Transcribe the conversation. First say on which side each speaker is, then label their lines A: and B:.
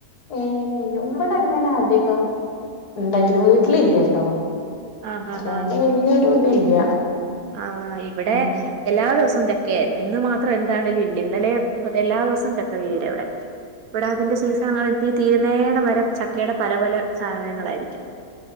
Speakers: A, on the left (about 70°); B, on the right (about 70°).
A: ഉം കയിഞ്ഞു ഇവിടെ അങ്ങനെ അധികം ഉണ്ടായിട്ടില്ല വീട്ടിലില്ലട്ടോ
B: ആഹ്
A: അതുകൊണ്ട്
B: ആഹ് ആഹ്
A: വല്ല്യയൊരു ഇതില്ല
B: ആഹ് ഇവിടെ
A: ഉം
B: എല്ലാ ദിവസവും ചക്കയായിരുന്നു ഇന്ന് മാത്രം എന്താണലും ഇല്ല ഇന്നലെ എല്ലാ ദിവസവും ചക്ക വീര ഇവിടെ ഇവിടെ അതിന്റെ സീസൺ തീരുന്നേടം വരെ ചക്കയുടെ പല പല സാധനങ്ങളായിരിക്കും